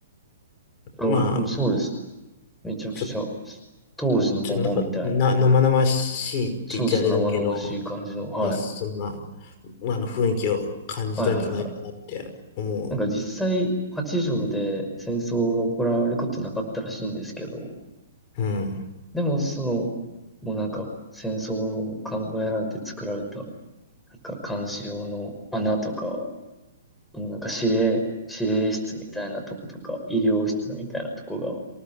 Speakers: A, in the centre; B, on the left.
A: うん。
B: まあ、
A: あ、うんそうです。めちゃくちゃ、
B: ちょ、
A: 当時のままみたいな。
B: ちょ、なんか、な、生々しいって言っちゃあれだけど、
A: そうです。生々しい感じの。はい。
B: まあ、そんな、あの、雰囲気を感じたんじゃないかなって思う。
A: はいはいはい。なんか実際、八条で戦争が行われることなかったらしいんですけど、
B: うん。
A: でもその、もうなんか戦争を考えられて作られた、なんか監視用の穴とか、もうなんか司令、司令室みたいなとことか、医療室みたいなとこが、